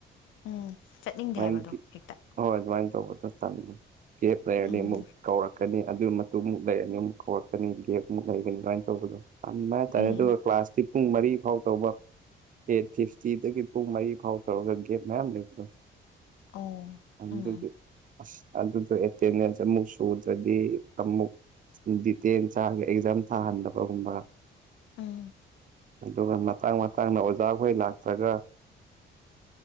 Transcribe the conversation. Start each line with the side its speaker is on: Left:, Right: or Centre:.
Left: ꯎꯝ ꯆꯠꯅꯤꯡꯗꯦ
Right: ꯑꯗꯨꯃꯥꯏꯅ
Left: ꯍꯥꯏꯕ ꯑꯗꯣ ꯍꯦꯛꯇ
Right: ꯍꯣꯏ ꯑꯗꯨꯃꯥꯏꯅ ꯇꯧꯕꯗꯣ ꯇꯟꯕ ꯒꯦꯞ ꯂꯩꯔꯗꯤ
Left: ꯎꯝ
Right: ꯑꯃꯨꯛ ꯀꯧꯔꯛꯀꯅꯤ ꯑꯗꯨ ꯃꯇꯨꯡ ꯑꯃꯨꯛ ꯂꯩꯔꯅꯤ ꯑꯃꯨꯛ ꯀꯧꯔꯛꯀꯅꯤ ꯒꯦꯞꯃꯨꯛ ꯂꯩꯒꯅꯤꯅ ꯇꯧꯕꯗꯣ ꯇꯟꯕ ꯍꯥꯏꯇꯥꯔꯦ
Left: ꯎꯝ
Right: ꯑꯗꯨꯒ
Left: ꯎꯝ
Right: ꯀ꯭ꯂꯥꯁꯇꯤ ꯄꯨꯡ ꯃꯔꯤ ꯐꯥꯎ ꯇꯧꯕ ꯑꯦꯠ ꯐꯤꯐꯇꯤꯗꯒꯤ ꯄꯨꯡ ꯃꯔꯤ ꯐꯥꯎ ꯇꯧꯔꯒ ꯒꯦꯐ ꯃꯌꯥꯝ ꯂꯩꯕꯗꯣ
Left: ꯑꯣ
Right: ꯑꯗꯨꯒꯤ
Left: ꯎꯝ
Right: ꯑꯁ ꯑꯗꯨꯗꯣ ꯑꯦꯇꯦꯟꯗꯦꯟꯁ ꯑꯃꯨꯛ ꯁꯨꯗ꯭ꯔꯗꯤ ꯑꯃꯨꯛ ꯗꯤꯇꯦꯜ ꯆꯥ ꯑꯦꯛꯖꯥꯝ ꯊꯥꯍꯟꯗꯕꯒꯨꯝꯕ
Left: ꯎꯝ
Right: ꯑꯗꯨꯒ ꯃꯇꯥꯡ ꯃꯇꯥꯡꯅ ꯑꯣꯖꯥꯈꯣꯏ ꯂꯥꯛꯇ꯭ꯔꯒ